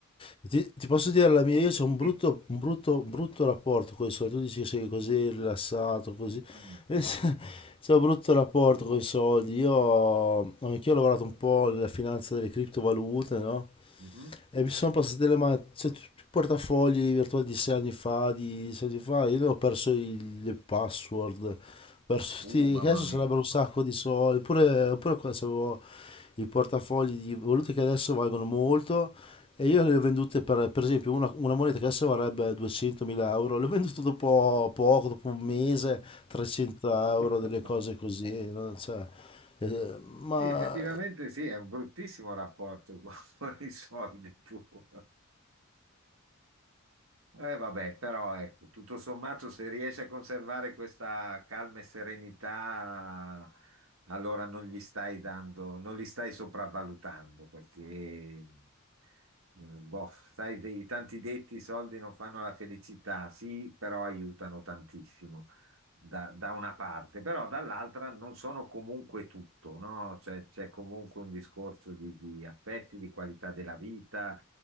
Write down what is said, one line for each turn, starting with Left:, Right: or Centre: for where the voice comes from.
Left: Ti, ti posso dire la mia, io ho un brutto,
Right: sì,
Left: un brutto, un brutto rapporto con i soldi. Tu dici che sei così rilassato, così.
Right: mm,
Left: C'è <laughs> un brutto rapporto con i soldi. Io anch'io ho lavorato un po' nella finanza delle criptovalute, no?
Right: mhm.
Left: E mi sono passate le mani, cioè tutti i portafogli virtuali di sei anni fa, di sei anni fa, io ne ho perso il- le password, perso
Right: Uh,
Left: tutti,
Right: mamma
Left: che adesso
Right: mia.
Left: sarebbero un sacco di soldi, oppure, oppure qua avevo i portafogli di valute che adesso valgono molto e io le ho vendute per, per esempio una, una moneta che adesso varrebbe 200.000 euro, le ho vendute dopo poco, dopo un mese, 300 euro,
Right: <laughs>
Left: delle cose così, no? Cioè, eh, ma
Right: Sì, effettivamente sì, è un bruttissimo rapporto con <laughs> con i soldi tu. <laughs> Eh, vabbè, però ecco, tutto sommato se riesci a conservare questa calma e serenità, allora non gli stai dando, non li stai sopravvalutando perché, eh, boh, sai, dei tanti detti, i soldi non fanno la felicità, sì, però aiutano tantissimo da, da una parte, però dall'altra non sono comunque tutto, no? Cioè, c'è comunque un discorso di, di affetti, di qualità della vita